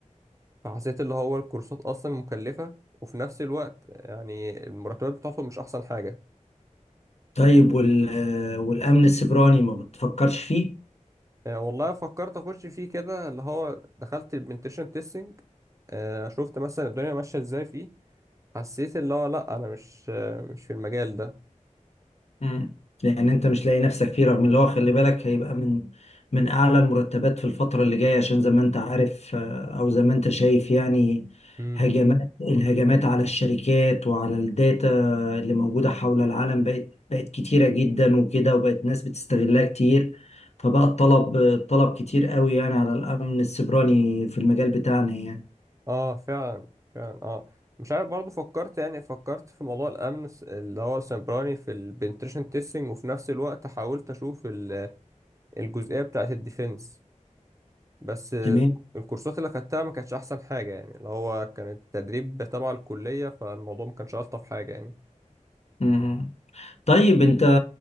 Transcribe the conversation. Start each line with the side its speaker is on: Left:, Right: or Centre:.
Right: فحسيت اللي هو الكورسات اصلا مكلفه وفي نفس الوقت يعني المرتبات بتاعته مش احسن حاجه
Left: طيب وال... والامن السيبراني ما بتفكرش فيه؟
Right: آه، والله فكرت اخش فيه كده اللي هو دخلت البنتشن تيستنج شفت مثلا الدنيا ماشيه ازاي فيه حسيت اللي هو لا انا مش مش في المجال ده
Left: مم. لان انت مش لاقي نفسك فيه رغم اللي هو خلي بالك هيبقى من من اعلى المرتبات في الفتره اللي جايه عشان زي ما انت عارف آه، او زي ما انت شايف يعني
Right: امم
Left: هجمات الهجمات على الشركات وعلى الداتا اللي موجوده حول العالم بقت بقت كتيره جدا وكده وبقت ناس بتستغلها كتير فبقى الطلب الطلب كتير قوي يعني على الامن السيبراني في المجال بتاعنا يعني
Right: اه فعلا فعلا اه مش عارف برضو فكرت يعني فكرت في موضوع الامن الس- اللي هو السيبراني في البنتريشن تيستنج وفي نفس الوقت حاولت اشوف ال- الجزئيه بتاعه الديفense بس ال-
Left: تمام
Right: الكورسات اللي خدتها ما كانتش احسن حاجه يعني اللي هو كانت تدريب تبع الكليه فالموضوع ما كانش الطف حاجه يعني
Left: مم. طيب انت